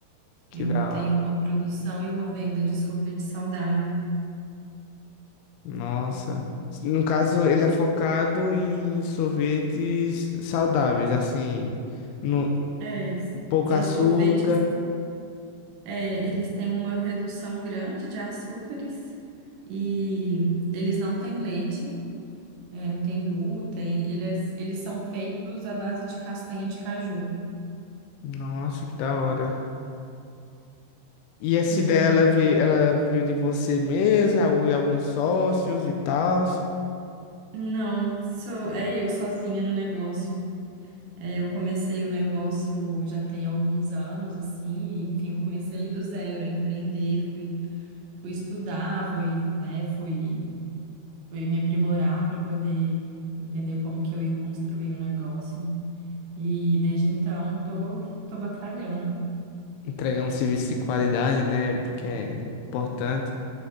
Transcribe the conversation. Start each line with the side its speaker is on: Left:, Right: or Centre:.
Left: que
Right: Eu
Left: da
Right: tenho
Left: hora.
Right: uma produção e uma venda de sorvete saudável.
Left: Nossa. No caso, ele é focado em sorvetes saudáveis, assim, no
Right: É,
Left: pouco
Right: são
Left: açúcar.
Right: sorvetes. É, eles têm uma redução grande de açúcares e eles não têm leite, é, não tem glúten, eles, eles são feitos à base de castanha de caju.
Left: Nossa, que da hora. E essa
Right: Sim.
Left: ideia ela veio, ela veio de você mesmo, é algu- é alguns sócios e tal.
Right: Não, sou, é eu sozinha no negócio. É, eu comecei o negócio já tem alguns anos, assim, e, enfim, comecei do zero a empreender, fui, fui estudar, fui, né, fui, fui me aprimorar para poder entender como que eu ia construir o negócio. E desde então tô, tô batalhando.
Left: Entregar um serviço de qualidade, né? Porque é importante